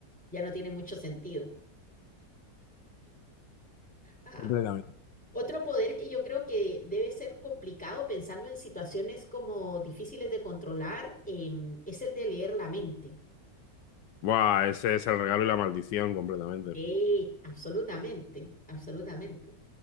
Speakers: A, in the centre; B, on the left.
A: ya no tiene mucho sentido. Ah,
B: completamente.
A: otro poder que yo creo que debe ser complicado pensando en situaciones como difíciles de controlar, em, es el de leer la mente.
B: Buah, ese es el regalo y la maldición completamente.
A: Sí, absolutamente, absolutamente.